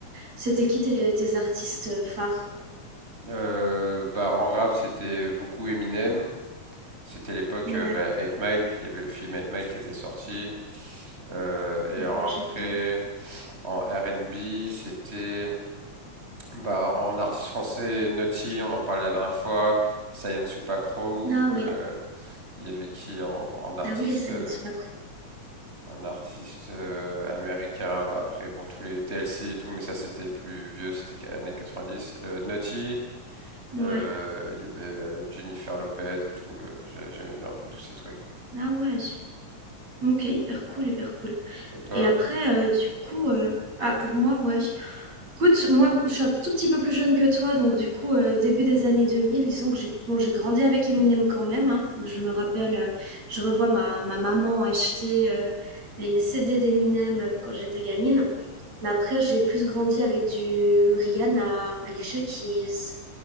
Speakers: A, on the right; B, on the right.
A: c'était qui tes, tes artistes euh, phares?
B: Euh, bah, en rap, c'était beaucoup Eminem. C'était l'époque
A: Ouais,
B: euh, bah, 8 Mile, il y avait le film Eight Mile qui était sorti. Euh,
A: ah
B: et en-
A: ouais,
B: après,
A: génial.
B: en R&B, c'était bah, en artiste français, Naughty, on en parlait la dernière fois, Sayan Supakro,
A: Ah oui,
B: euh, il y avait qui en, en artiste,
A: ah oui, les Science
B: euh,
A: Pack
B: en artiste euh, américain, bah, après bon, tous les TLC et tout, mais ça c'était plus vieux, c'était qu'à- années 90. Euh, Naughty,
A: Ouais.
B: euh, il y avait bah, Jennifer Lopez et tout, euh, j'ai- j'aimais bien un peu tous ces trucs.
A: Ah ouais, je- ok, hyper cool, hyper cool.
B: Et toi?
A: Et après, euh, du coup, euh, ah pour moi, ouais. je- Écoute, moi, je suis un tout petit peu plus jeune que toi, donc du coup, euh, début des années 2000, disons que j'ai bon, j'ai grandi avec Eminem quand même. hein. Je me rappelle, euh, je revois ma, ma maman acheter euh, les CD d'Eminem euh, quand j'étais gamine. Mais après, j'ai plus grandi avec du Rihanna, Alicia Keys,